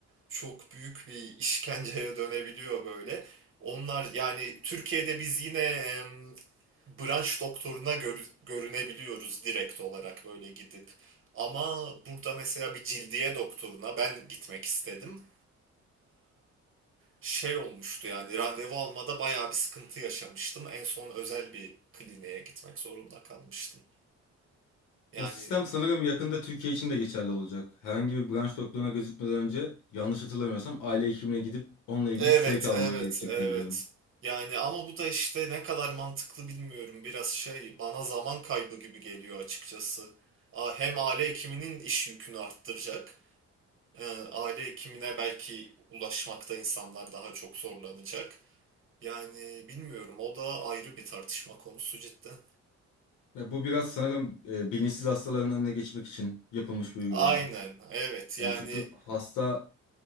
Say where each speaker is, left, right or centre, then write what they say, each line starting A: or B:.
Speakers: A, on the right (about 45°); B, on the left (about 80°).
A: Çok büyük bir işkenceye dönebiliyor böyle. Onlar yani Türkiye'de biz yine em, branş doktoruna görü- görünebiliyoruz direkt olarak böyle gidip. Ama burada mesela bir cildiye doktoruna ben gitmek istedim şey olmuştu yani randevu almada bayağı bir sıkıntı yaşamıştım. En son özel bir kliniğe gitmek zorunda kalmıştım. Yani
B: O sistem sanırım yakında Türkiye için de geçerli olacak. Herhangi bir branş doktoruna gözükmeden önce yanlış hatırlamıyorsam aile hekimine gidip onunla ilgili
A: evet
B: sevk alman
A: evet
B: gerekecek
A: evet.
B: diye biliyorum.
A: Yani ama bu da işte ne kadar mantıklı bilmiyorum. Biraz şey bana zaman kaybı gibi geliyor açıkçası. A- Hem aile hekiminin iş yükünü arttıracak. e, Aile hekimine belki ulaşmakta insanlar daha çok zorlanacak. Yani bilmiyorum o da ayrı bir tartışma konusu cidden.
B: Ve bu biraz sanırım e, bilinçsiz hastaların önüne geçmek için yapılmış bir uygulama.
A: Aynen evet yani
B: E, çünkü hasta